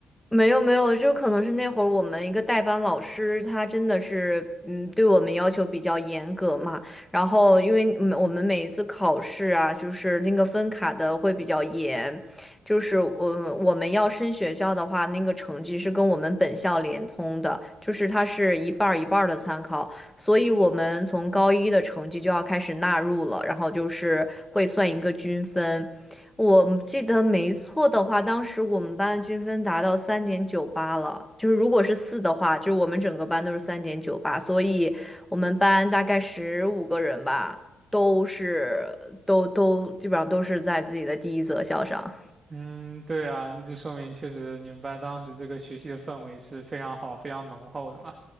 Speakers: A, in the centre; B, on the right.
A: 没有没有，就可能是那会儿我们一个代班老师，他真的是，嗯，对我们要求比较严格嘛。然后，因为嗯我们每一次考试啊，就是那个分卡的会比较严，就是我我们要升学校的话，那个成绩是跟我们本校联通的，就是它是一半儿一半儿的参考，所以我们从高一的成绩就要开始纳入了，然后就是会算一个均分。我记得没错的话，当时我们班均分达到三点九八了，就是如果是四的话，就是我们整个班都是三点九八，所以我们班大概十五个人吧，都是都都基本上都是在自己的第一择校上。
B: 嗯，对啊，那就说明确实你们班当时这个学习的氛围是非常好、非常浓厚的嘛，